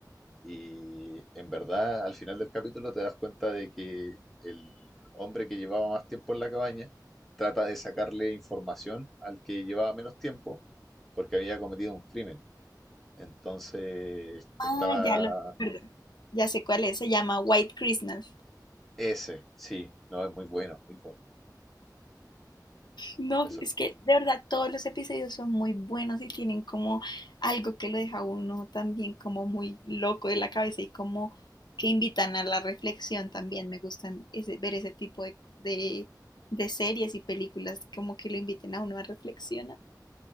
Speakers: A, in the centre; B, on the left.
A: Y en verdad, al final del capítulo te das cuenta de que el hombre que llevaba más tiempo en la cabaña trata de sacarle información al que llevaba menos tiempo porque había cometido un crimen. Entonces
B: Ah,
A: estaba
B: ya lo recuerdo. Ya sé cuál es, se llama White Christmas.
A: Ese, sí, no, es muy bueno, muy bueno.
B: No,
A: Me sor-
B: es que de verdad todos los episodios son muy buenos y tienen como algo que lo deja uno también como muy loco de la cabeza y como que invitan a la reflexión también. Me gustan ese- ver ese tipo de, de- de series y películas como que lo inviten a uno a reflexionar.